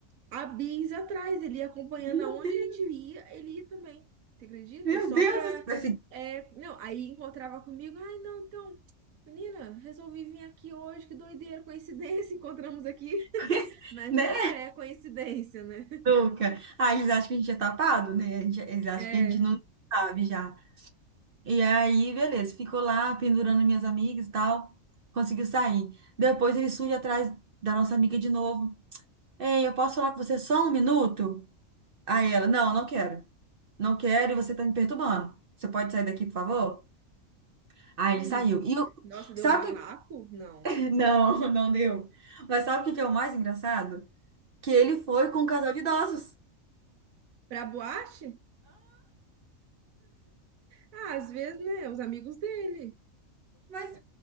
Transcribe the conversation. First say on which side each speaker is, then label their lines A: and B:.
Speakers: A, on the right; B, on the right.
A: há bis atrás, ele ia acompanhando
B: Uhum.
A: aonde a gente ia, ele ia também. Você acredita?
B: Meu
A: Só
B: Deus,
A: pra.
B: esse,
A: é, não, aí encontrava comigo, ai, não, então, menina, resolvi vir aqui hoje, que doideira, coincidência, encontramos aqui. <laughs>
B: <laughs>
A: Mas
B: né,
A: nunca é coincidência, né?
B: Luca? Ah, eles acham que a gente é tapado, né? A gente- Eles acham
A: É.
B: que a gente não sabe já. E aí, beleza, ficou lá pendurando minhas amigas e tal, conseguiu sair. Depois ele surge atrás da nossa amiga de novo. Ei, eu posso falar com você só um minuto? Aí ela, não, não quero. Não quero e você tá me perturbando. Você pode sair daqui, por favor? Aí
A: hum.
B: ele saiu. E eu,
A: Nossa, deu
B: sabe
A: barraco?
B: o
A: Não.
B: que... <laughs> Não, não deu. Mas sabe o que que é o mais engraçado? Que ele foi com um casal de idosos.
A: Pra boate? Ah, às vezes, né? Os amigos dele.
B: Mas